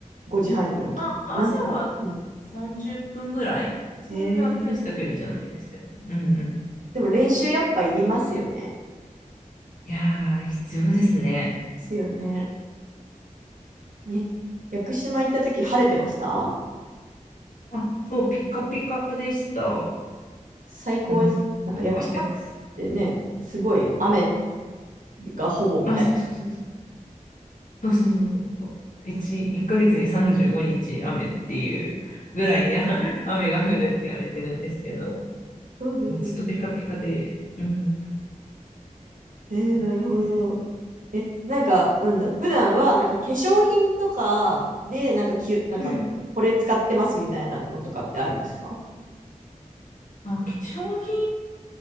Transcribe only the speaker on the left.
まあ、
朝は30分ぐらいそんな大した距離じゃないですけど。
うんうん。
いやー、必要ですね。
あ、そう、ピカピカでした。
うん。
なんか、屋久
あ、そうそうそうそう。そうそうそうそうそう。一一ヶ月に35日雨っていうぐらいにあ <laughs> 雨が降るって言われてるんですけど、
もうずっとピカピカで、うん、
そうなんですよ。
うん。
あ、化粧品